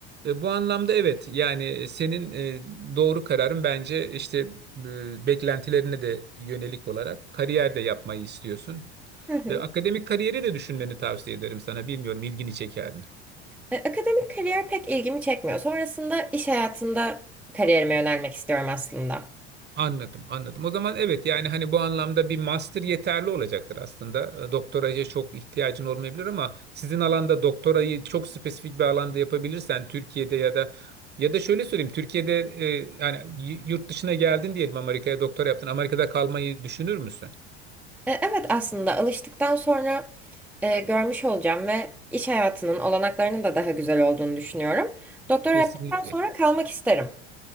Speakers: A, on the right; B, in the centre.
A: E, bu anlamda evet yani senin e, doğru kararın bence işte e, beklentilerine de yönelik olarak kariyer de yapmayı istiyorsun.
B: Hı hı.
A: E, akademik kariyeri de düşünmeni tavsiye ederim sana. Bilmiyorum ilgini çeker mi?
B: E, akademik kariyer pek ilgimi çekmiyor. Sonrasında iş hayatında kariyerime yönelmek istiyorum aslında.
A: Anladım, anladım. O zaman evet yani hani bu anlamda bir master yeterli olacaktır aslında. E, Doktoraya çok ihtiyacın olmayabilir ama sizin alanda doktorayı çok spesifik bir alanda yapabilirsen Türkiye'de ya da ya da şöyle söyleyeyim Türkiye'de e, yani y- yurt dışına geldin diyelim Amerika'ya doktora yaptın. Amerika'da kalmayı düşünür müsün?
B: E, Evet aslında alıştıktan sonra e, görmüş olacağım ve iş hayatının olanaklarının da daha güzel olduğunu düşünüyorum. Doktora
A: Kesinlikle.
B: yaptıktan sonra kalmak isterim.